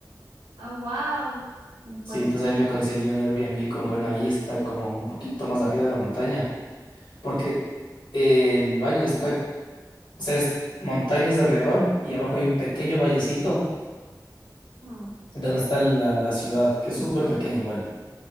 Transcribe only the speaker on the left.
Sí, entonces
ahí me conseguí un Airbnb con buena vista, como un poquito más arriba de la montaña. Porque el baño está O sea, es montañas alrededor y abajo hay un pequeño vallecito
donde está la, la ciudad, que es súper pequeña igual.